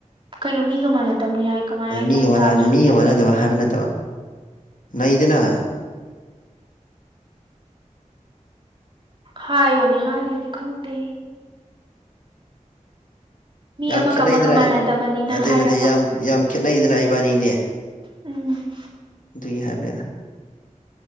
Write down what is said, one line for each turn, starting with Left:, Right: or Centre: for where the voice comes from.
Right: ꯀꯩꯅꯣ ꯃꯤꯒ ꯃꯥꯟꯅꯗꯝꯅꯤꯅ ꯍꯥꯏ ꯀꯃꯥꯏꯅ
Left: ꯑ ꯃꯤꯒ
Right: ꯒ꯭ꯌꯥꯟ
Left: ꯃꯥꯅ
Right: ꯇꯥꯗ꯭ꯔꯦ
Left: ꯃꯤꯒ ꯃꯥꯟꯅꯗꯕ ꯍꯥꯏꯕ ꯅꯠꯇꯕ ꯂꯩꯗꯅ
Right: ꯍꯥꯏꯌꯣꯅꯦ ꯍꯥꯏꯔꯗꯤ ꯈꯪꯗꯦ ꯃꯤ
Left: ꯌꯥꯝ
Right: ꯑꯃꯒ
Left: ꯈꯦꯠꯅꯩꯗꯅ
Right: ꯑꯃꯒ ꯃꯥꯟꯅꯗꯕꯅꯤꯅ
Left: ꯅꯠꯇꯦ
Right: ꯍꯥꯏꯔꯕ
Left: ꯅꯠꯇꯦ ꯌꯥꯝ ꯌꯥꯝ ꯈꯦꯠꯅꯩꯗꯅ ꯏꯕꯥꯟꯅꯤꯗꯦ
Right: ꯎꯝ
Left: ꯑꯗꯨꯏ ꯍꯥꯏꯕꯅꯦꯗ